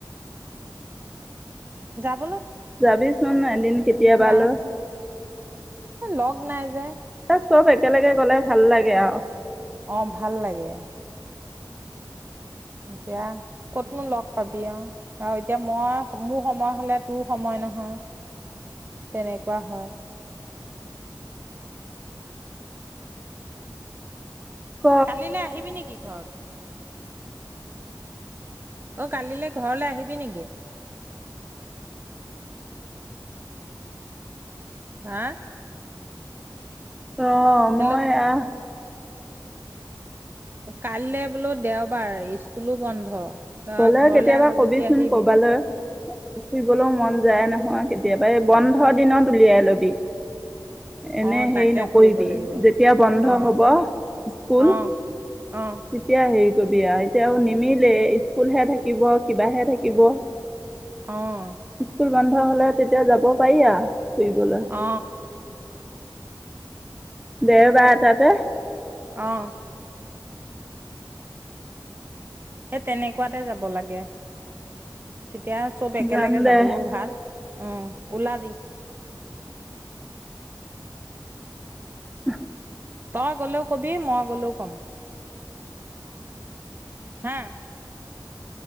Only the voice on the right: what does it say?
যাব
নাই
লগ নাই যে
অ ভাল লাগে এতিয়া কতনো লগ পাবি আৰু আৰু এতিয়া মই মোৰ সময় হলে তোৰ সময় নহয় তেনেকুৱা হয়
কালিলৈ আহিবি নেকি ঘাট অ কালিলৈ ঘৰলৈ আহিবি নেকি হা
হেল্ল'
কাইলৈ বোলো দেওবাৰ স্কুলো বন্ধ
ঘৰলৈ
আহ
যদি আহিবি
অ
তাকে
কৰিব লাগিব
অ
অ অ
আহ
অ
অঁ সেই তেনেকুৱাতে যাব লাগে তেতিয়া চব একেলগে
যাবলৈও ভাল অ ওলাবি
তই গলেও কবি মই গ'লেও কম হা